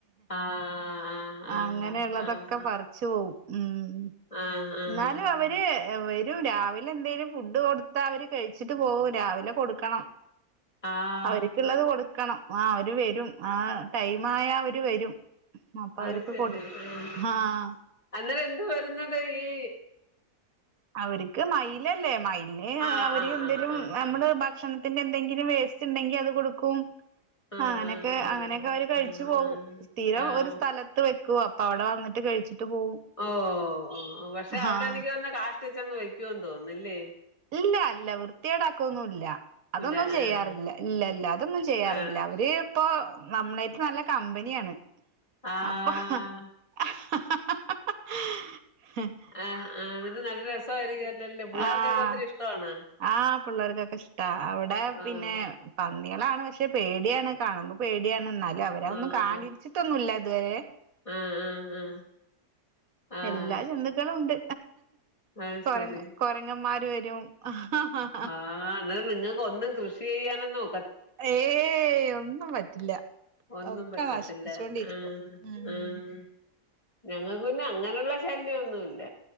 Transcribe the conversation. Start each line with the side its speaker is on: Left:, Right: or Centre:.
Left: ആഹ് ആഹ്
Right: അങ്ങനെയുള്ളതൊക്കെ
Left: ആഹ്
Right: പറച്ച് പോവും ഉം
Left: ആഹ് ആഹ്
Right: എന്നാലും അ വര് വരും രാവിലെ എന്തേലും ഫുഡ് കൊടുത്താ അവര് കഴിച്ചിട്ട് പോവും രാവിലെ കൊടുക്കണം
Left: ആഹ്
Right: അവര്ക്കുള്ളത് കൊടുക്കണം ആ അവര് വരും ആ ടൈം ആയാ അവര് വരും അപ്പോ
Left: അത്
Right: അവര്ക്ക്
Left: ശരി
Right: കൊടു
Left: ആഹ്
Right: ആഹ്
Left: അന്നേരം എന്ത് വരുന്നത് ഈ
Right: അവര്ക്ക് മയിൽ അല്ലേ മയിൽന്
Left: ആഹ്
Right: അവര്
Left: ആഹ്
Right: എന്തേലും
Left: ആഹ് ആഹ്
Right: നമ്മള്
Left: ആഹ്
Right: ഭക്ഷണ ത്തിന്റെ എന്തെങ്കിലും വേസ്റ്റ് ഇണ്ടെങ്കി അത് കൊടുക്കും
Left: ആഹ്
Right: അങ്ങനെയൊക്കെ
Left: ആഹ് ആഹ്
Right: അങ്ങനെയൊക്കെ അവര് കഴിച്ചു
Left: ആഹ്
Right: പോകും സ്ഥിരം
Left: ആഹ് ആഹ്
Right: ഒരു സ്ഥല ത്ത് വെക്കും അപ്പോ അവിടെ വന്നിട്ട് കഴിച്ചിട്ട് പോവും
Left: ഓ ഓ പക്ഷെ അവിടെ
Right: ആഹ്
Left: അതികം കാഷ്ടിച്ചങ് വെക്കുവന്ന് തോന്നുന്നേല്ലേ
Right: ഇല്ല അല്ല വൃത്തിയേടാക്കൊന്നില്ല അതൊന്നും
Left: ഇല്ല ആഹ്
Right: ചെയ്യാറില്ല ഇല്ല ഇല്ല അതൊന്നും ചെയ്യാറില്ല
Left: ആഹ് ആഹ്
Right: അവര് ഇപ്പോ നമ്മളായിട്ട് നല്ല കമ്പനിയാണ്
Left: ആഹ്
Right: അപ്പോ <unintelligible>
Left: ആഹ് ആഹ് എന്നിട്ട് നല്ല രസായിരിക്കും അല്ലല്ലേ പിള്ളേർക്കൊക്കെ
Right: ആഹ്
Left: ഒത്തിരി ഇഷ്ടണോ
Right: ആഹ് പിള്ളേർക്കൊക്കെ ഇഷ്ടാ അവടെ പിന്നെ
Left: ആഹ്
Right: പന്നിളാണ് പക്ഷെ പേടിയാണ് കാണുമ്പോ പേടിയാണ് എന്നാലും അവരാന്നും
Left: ആഹ്
Right: കാണി ച്ചിട്ടൊന്നുല്ല ഇതുവരെ
Left: ആഹ് ആഹ് ആഹ് ആഹ്
Right: എല്ലാ ജന്തുക്കളും ഉണ്ട്
Left: അത്
Right: കൊര
Left: ശരി
Right: കൊരങ്ങന്മാര് വരും <unintelligible>
Left: ആഹ് ഇതാണ് നിങ്ങ് ഒന്നും കൃഷി ചെയ്യാനോ
Right: ഏയ് ഒന്നും പറ്റില്ല
Left: ഒന്നും
Right: ഒക്കെ
Left: പറ്റത്തില്ല
Right: നശിപ്പിരിക്കും
Left: ആഹ്
Right: ഉം
Left: ആഹ് ഞങ്ങൾക്ക് പന്നെ അങ്ങനെയുള്ള ശല്യോന്നുല്ല